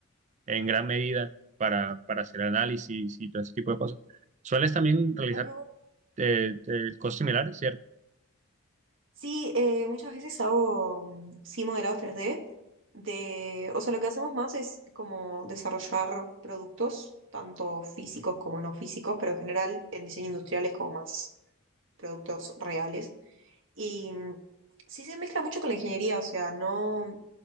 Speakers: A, on the right (about 35°); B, on the right (about 60°).
A: en gran medida para, para hacer análisis y todo ese tipo de cosas. Sueles también realizar
B: Ah, qué bueno.
A: eh, eh, cosas similares, ¿cierto?
B: Sí, eh, muchas veces hago mm, sí modelados tres d De, o sea, lo que hacemos más es como desarrollar productos, tanto físicos como no físicos, pero en general en diseño industrial es como más productos reales. Y mm, sí se mezcla mucho con la ingeniería, o sea, no,